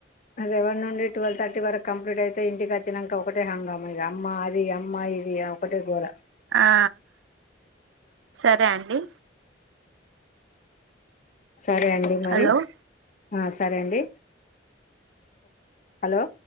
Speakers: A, on the left; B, on the right.
A: సెవెన్ నుండి టువెల్వ్ థర్టీ వరకు కంప్లీట్ అయితే ఇంటికి వచ్చినంక ఒకటే హంగామా ఇఇ అమ్మ అది అమ్మా ఇది ఒకటే గోలా
B: ఆ సరే అండి
A: సరే అండి మరి
B: హలో
A: ఆ సరే అండి హలో